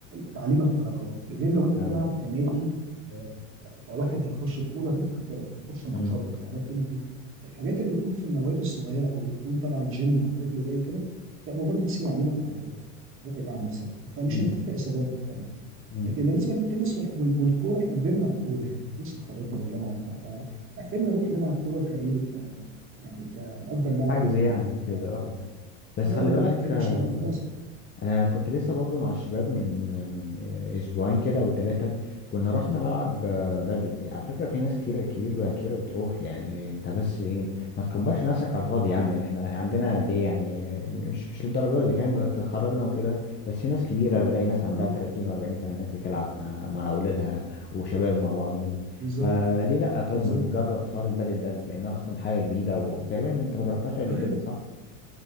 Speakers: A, on the right (about 30°); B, on the left (about 25°).
A: تعليم الحركات غير لو انت
B: تمام.
A: بتلعب كنادي آه، كواحد هيخش بطوله دي بتختلف بتخش ماتشات
B: مم.
A: وبتاع لكن ال- الحاجات اللي بتكون في النوادي الصغيره او بتكون تبع الجيم والحاجات اللي زي كده ده مجرد بس بيعلمك حركات دافع بقى عن نفسك فمش
B: مم.
A: هيكون فيها اصابات مثلا
B: مم.
A: لكن بالنسبه للتنس والح- وال- والكوره احنا كبرنا على الكوره يعني لسه اتخرجنا من الجامعه وبتاع فاخرنا نروح نلعب كوره كايه ك يعني كنأجر ملعب
B: حجز
A: ونلعب
B: يعني
A: لكن
B: وكده اه بس
A: اه
B: خلي بالك
A: لكن
B: آه،
A: مش هن خلاص
B: انا كنت لسه برضو مع الشباب من من اسبوعين كده او ثلاثه كنا رحنا ملعب آه، بدل على فكره في ناس كتيره كبيره كبيره بتروح يعني انت بس ايه ما تكبرش نفسك على الفاضي يا عم احنا عندنا قد ايه يعني مش مش للدرجه دي فاهم اتخرجنا وكده بس في ناس كبيره بلاقي ناس عندها
A: اه
B: 30 و40 سنه هناك بتلعب مع مع اولادها وشباب مع بعضهم
A: بالظبط
B: فليه لا طيب
A: بالظبط
B: ما نجرب حوار البدل ده بما انها اصلا حاجه جديده وتقريبا انت ما جربتهاش قبل
A: تعالى
B: كده صح؟